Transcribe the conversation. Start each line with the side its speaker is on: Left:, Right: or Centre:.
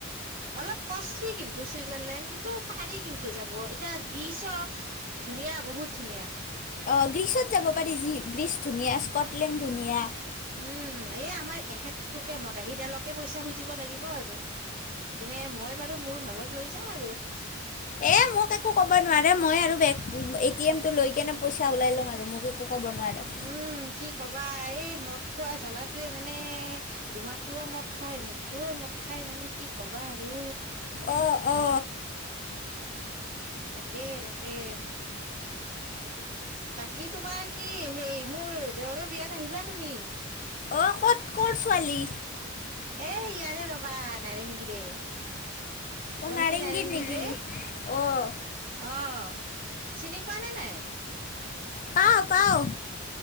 Right: অলপ কষ্টলি কিন চুইজাৰলেণ্ড কিন্তু পাৰি কিন্তু যাব। এতিয়া গ্ৰীচো ধুনীয়া বহুত ধুনীয়া।
Left: অ গ্ৰীচত যাব পাৰি। যি গ্ৰীচ ধুনীয়া, স্কটলেণ্ড ধুনীয়া।
Right: উম, এই আমাৰ এখেতটোকে মদাহীডালকে পইচা খুজিব লাগিব আৰু। এইপিনে মই বাৰু মোৰ ভাগত লৈ যাম আৰু।
Left: এ মোক একো ক'ব নোৱাৰে। মই আৰু বেগ এ টি এমটো লৈ কেনে পইচা ওলাই ল'ম আৰু মোক একো ক'ব নোৱাৰে।
Right: উম। কি ক'বা? এই মদ খোৱা জ্বালাটোৱে মানে তোমাৰটোও মদ খায়, মোৰটোও মদ খাই মানে কি ক'বা আৰু।
Left: অ', অ'।
Right: তাকে- তাকে। বাকী তোমাৰ কি হেৰি মোৰ দেওৰৰ বিয়াত আহিবা তুমি।
Left: অ', ক'ত ক'ৰ ছোৱালী।
Right: এ ইয়াৰে ৰ'বা নাৰেংগীৰে।
Left: অ'
Right: গুৱাহাটী
Left: নাৰেংগীৰ
Right: নাৰেঙ্গী
Left: নেকি
Right: যে।
Left: অ'
Right: অ', চিনি পোৱা নে নাই।
Left: পাওঁ-পাওঁ।